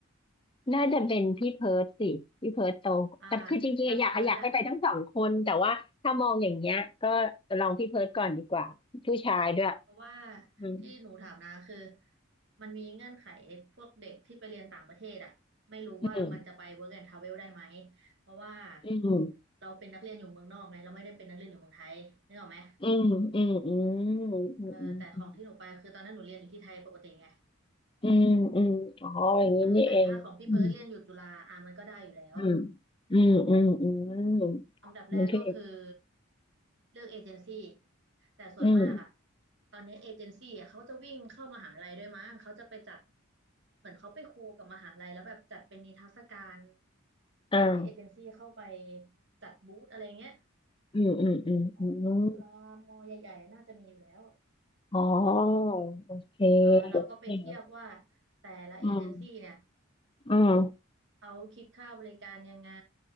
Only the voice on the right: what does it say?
อ่าถ้าพี่เพิร์ลอะ
เพราะว่า
ที่หนูถามนาคือมันมีเงื่อนไขไอ้พวกเด็กที่ไปเรียนต่างประเทศอะไม่รู้ว่ามันจะไป
work and travel ได้ไหม เพราะว่า
เราเป็นนักเรียนอยู่เมืองนอกไงเราไม่ได้เป็นนักเรียนอยู่เมืองไทยนึกออกไหม
เออแต่ของที่หนูไปคือตอนนั้นหนูเรียนอยู่ที่ไทยปกติไง
เออแต่ถ้าของพี่เพิร์ทเรียนอยู่จุฬาอ่ะมันก็ได้อยู่แล้ว
อันดับแรกก็คือ
เลือกเอเจนซี่แต่ส่วนมากอ่ะ
ตอนนี้เอเจนซี่อะเขาจะวิ่งเข้ามหาลัยด้วยมั้งเขาจะไปจัดเหมือนเขาไปโคกับมหาลัยแล้วแบบจัดเป็นนิทรรศการเขาให้เอเจนซี่เข้าไป
จัดบูธอะไรเงี้ย
ของจุฬามอใหญ่ๆน่าจะมีอยู่แล้ว
อ่าเราก็ไปเทียบว่า
แต่ละเอเจนซี่เนี่ย
เขาคิดค่าบริการยังไง